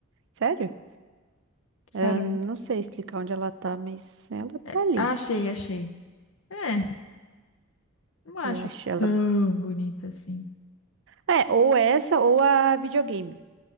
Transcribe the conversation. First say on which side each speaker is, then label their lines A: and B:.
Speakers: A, on the right; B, on the left.
A: Sério?
B: Sério.
A: Eu não
B: não-
A: sei explicar onde ela tá, mas ela tá
B: É,
A: ali.
B: ah, achei, achei. É, não acho
A: Eu acho ela
B: tão bonita assim.
A: É, ou essa ou a videogame.